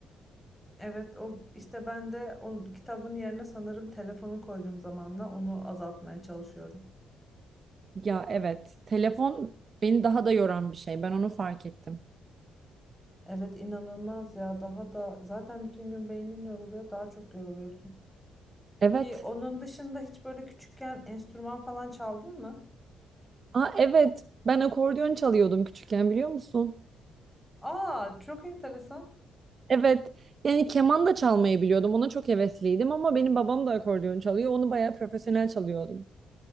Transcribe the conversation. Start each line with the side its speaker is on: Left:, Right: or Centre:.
Centre: Evet o işte ben de o kitabın yerine sanırım telefonu koyduğum zamanla onu azaltmaya çalışıyorum.
Right: Ya evet, telefon beni daha da yoran bir şey. Ben onu fark ettim.
Centre: Evet inanılmaz ya daha da zaten bütün gün beynin yoruluyor daha çok yoruluyorsun. Peki
Right: Evet.
Centre: onun dışında hiç böyle küçükken enstrüman falan çaldın mı?
Right: Aa evet, ben akordeon çalıyordum küçükken biliyor musun?
Centre: Aa, çok enteresan.
Right: Evet. Yani keman da çalmayı biliyordum. Ona çok hevesliydim ama benim babam da akordeon çalıyor. Onu bayağı profesyonel çalıyordum.